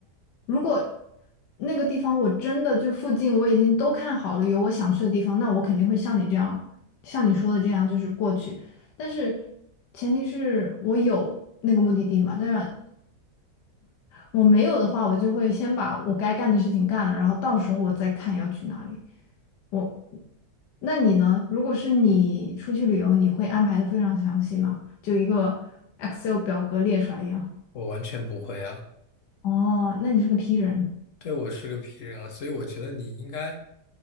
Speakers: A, on the left; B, on the left.
A: 如果那个地方我真的就附近我已经都看好了，有我想去的地方，那我肯定会像你这样，像你说的这样，就是过去。但是前提是我有那个目的地嘛，当然我没有的话，我就会先把我该干的事情干了，然后到时候我再看要去哪里。我，那你呢？如果是你出去旅游，你会安排的非常详细吗？就一个 Excel 表格列出来一样。
B: 我完全不会啊。
A: 哦，那你是个 P 人。
B: 对，我是个 P 人啊，所以我觉得你应该，